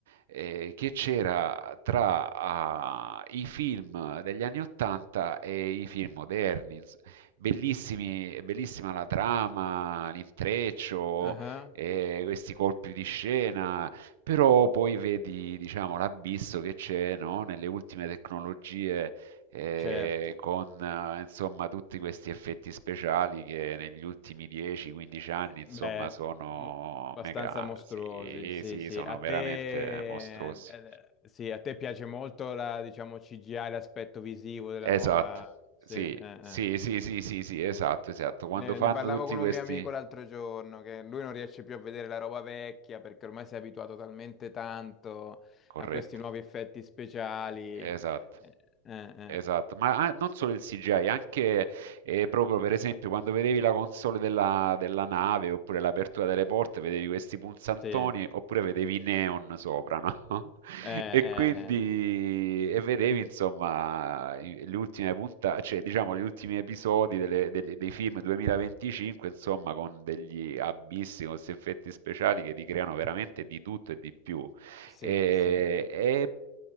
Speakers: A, on the right; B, on the left.
A: eh, che c'era tra ah, i film degli anni 80 e i film moderni. ins- Bellissimi, bellissima la trama, l'intreccio,
B: Ah, ah.
A: eh, questi colpi di scena, però poi vedi, diciamo, l'abisso che c'è, no, nelle ultime tecnologie eh,
B: certo.
A: con eh, insomma tutti questi effetti speciali che negli ultimi 10-15
B: Eh,
A: anni
B: beh,
A: insomma sono
B: mo- abbastanza
A: mega,
B: mostruosi,
A: sì,
B: sì,
A: sì,
B: sì.
A: sono
B: A
A: veramente
B: te,
A: mostruosi.
B: eh, sì, a te piace molto la, diciamo, CGI, l'aspetto visivo della
A: Esatto,
B: nuova... Sì,
A: sì,
B: eh, eh.
A: sì, sì, sì, sì, sì, esatto, esatto. Quando
B: Ne,
A: fanno
B: ne parlavo
A: tutti
B: con
A: questi...
B: un mio amico l'altro giorno, che lui non riesce più a vedere la roba vecchia perché ormai si è abituato talmente tanto
A: Corretto,
B: a questi nuovi effetti speciali.
A: esatto.
B: Eh, eh, eh.
A: Esatto, ma a- non solo il CGI, anche eh, proprio per esempio quando vedevi la console della, della nave oppure l'apertura delle porte, vedevi questi punzantoni
B: Sì, eh,
A: oppure vedevi i neon sopra, no? <laughs>
B: eh,
A: E quindi
B: eh.
A: e vedevi insomma i- le ultime puntate, cioè diciamo gli ultimi episodi delle- delle- dei film 2025, insomma con degli abissi, con questi effetti speciali che ti creano veramente di tutto e di più.
B: Sì,
A: E,
B: sì.
A: e